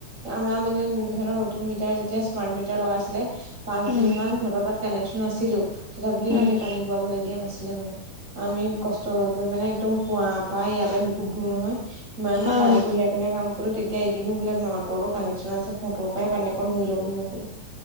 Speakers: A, on the right; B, on the left.
A: আমাৰ মানে সিহঁতৰ নতুন। মিটাৰ যেতিয়া স্মাৰ্ট মিটাৰ লগাইছিলে পাঁচ
B: উম,
A: দিন মান সিহঁতৰ তাত কানেকশ্বন আছিলোঁ। তথাপিওঁ সিহঁতে
B: উম,
A: পানী বোৱাবলৈ দিয়া নাছিলে মানে আমি কষ্ট কৰি মানে একদম। কুঁৱাৰ পৰা ইয়ালে বহুত দূৰ নহয় ইমান
B: অ',
A: পানী কঢ়িয়াই কঢ়িয়াই কাম কৰোঁ তেতিয়া এদিনো বোলে মটৰো কানেকশ্যন আছে মটৰৰ পৰাই পানী অকণ ধৰি ল বুলি নক'লে